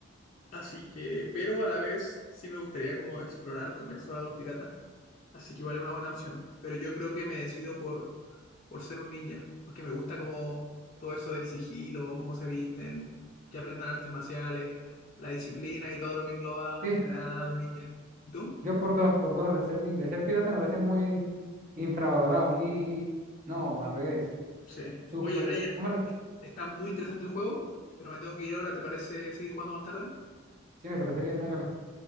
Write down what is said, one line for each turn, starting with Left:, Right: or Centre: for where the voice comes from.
Left: así que, pero a la vez sí me gustaría como explorar, como explorar a los piratas. Así que vale una buena opción. Pero yo creo que me decido por por ser un ninja, porque me gusta como todo eso del sigilo, cómo se visten, que aprendan artes marciales, la disciplina y todo lo que engloba
Right: Sí,
Left: en general a los ninjas. ¿Y tú?
Right: Yo por dos, por dos, el ser ninja. El ser pirata me parece muy infravalorado, muy... No, al revés.
Left: Sí.
Right: Súper...
Left: Oye, Brian,
Right: ¿Cómo era?
Left: está muy interesante el juego, pero me tengo que ir ahora, ¿te parece seguir jugando más tarde?
Right: Sí, me parece bien, hágale. Hasta luego.